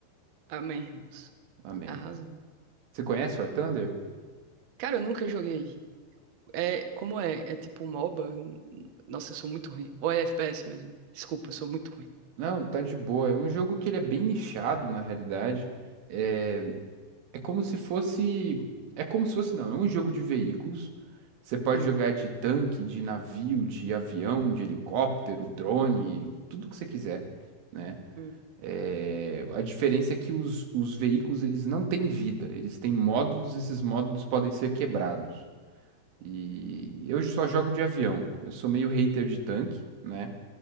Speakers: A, on the right; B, on the right.
A: Amém, irmãos.
B: Amém.
A: Arrasou.
B: Você conhece War Thunder?
A: Cara, eu nunca joguei. É, como é? É tipo MOBA? Nossa, eu sou muito ruim. Ou é FPS mesmo? Desculpa, eu sou muito ruim.
B: Não, tá de boa. É um jogo que ele é bem nichado, na realidade. É, é como se fosse. É como se fosse, não. É um jogo de veículos. Você pode
A: Hum,
B: jogar de tanque, de navio, de avião, de helicóptero, drone, tudo que você quiser, né?
A: hum.
B: É, a diferença é que os, os veículos eles não têm vida, eles têm módulos, esses módulos podem ser quebrados. E eu só jogo de avião, eu sou meio hater de tanque, né?